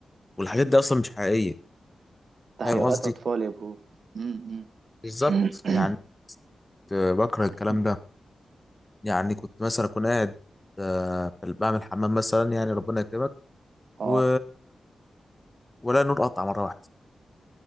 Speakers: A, on the left; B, on the right.
A: والحاجات دي اصلا مش حقيقيه
B: تهيؤات
A: فاهم قصدي
B: اطفال يا برو امم
A: بالظبط
B: أمم.
A: يعني
B: <clears throat>
A: كنت بكره الكلام
B: <coughs>
A: ده يعني كنت مثلا اكون قاعد آه، بعمل حمام مثلا يعني ربنا يكرمك
B: اه
A: و... ولا نور قطع مره واحده